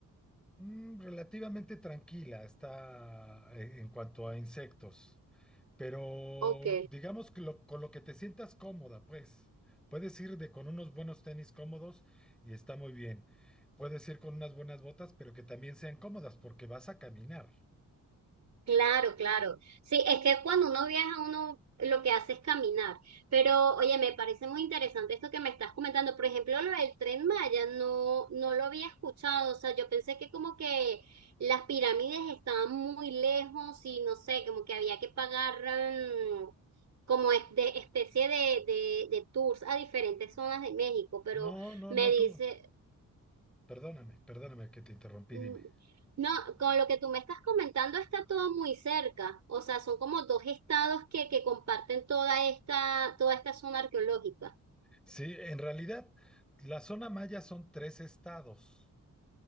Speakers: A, in the centre; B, on the right.
A: mm, relativamente tranquila, está eh, en cuanto a insectos, pero
B: ok.
A: digamos que lo- con lo que te sientas cómoda, pues, puedes ir de con unos buenos tenis cómodos y está muy bien. Puedes ir con unas buenas botas, pero que también sean cómodas porque vas a caminar.
B: Claro, claro. Sí, es que cuando uno viaja, uno lo que hace es caminar. Pero, oye, me parece muy interesante esto que me estás comentando. Por ejemplo, lo del Tren Maya, no, no lo había escuchado. O sea, yo pensé que como que las pirámides estaban muy lejos y no sé, como que había que pagar mm, como es- de especie de, de, de tours a diferentes zonas de México. Pero
A: No, no,
B: me
A: no
B: dice,
A: tú. Perdóname, perdóname que te interrumpí,
B: Mm,
A: dime.
B: No, con lo que tú me estás comentando está todo muy cerca. O sea, son como dos estados que, que comparten toda esta, toda esta zona arqueológica.
A: Sí, en realidad, la zona maya son tres estados.